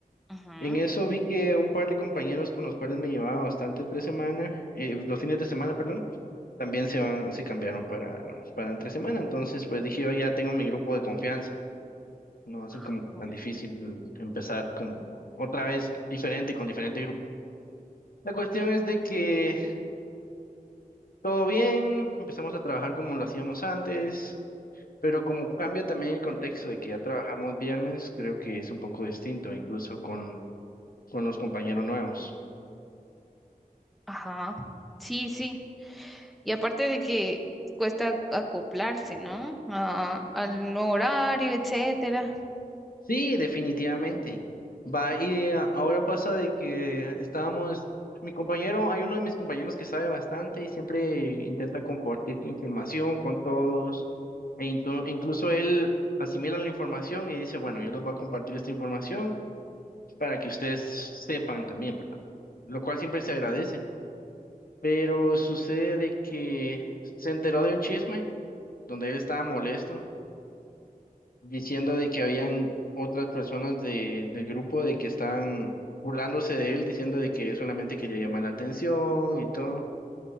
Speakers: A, in the centre; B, on the left (about 75°).
A: Ajá.
B: En eso vi que un par de compañeros con los cuales me llevaba bastante entre semana, eh, pues, los fines de semana, perdón, también se van, se cambiaron para, para entre semana. Entonces, pues dije, yo ya tengo mi grupo de confianza. No va a
A: Ajá.
B: ser como tan difícil empezar como otra vez diferente con diferente grupo. La cuestión
A: Ok.
B: es de que todo bien, empezamos a trabajar como lo hacíamos antes, pero como cambia también el contexto de que ya trabajamos viernes, creo que es un poco distinto, incluso con, con los compañeros nuevos.
A: Ajá. Sí, sí. Y aparte de que cuesta acoplarse, ¿no? A- al nuevo horario, etcétera.
B: Sí, definitivamente. Va, y eh, ahora pasa de que estábamos, mi compañero, hay uno de mis compañeros que sabe bastante y siempre intenta compartir información con todos, e intu- incluso él asimila la información y dice, bueno, yo les voy a compartir esta información para que ustedes sepan también, ¿verdad? Lo cual siempre se agradece. Pero sucede de que se enteró de un chisme donde él estaba molesto diciendo de que habían otras personas de, del grupo de que estaban burlándose de él, diciendo de que él solamente quería llamar la atención y todo.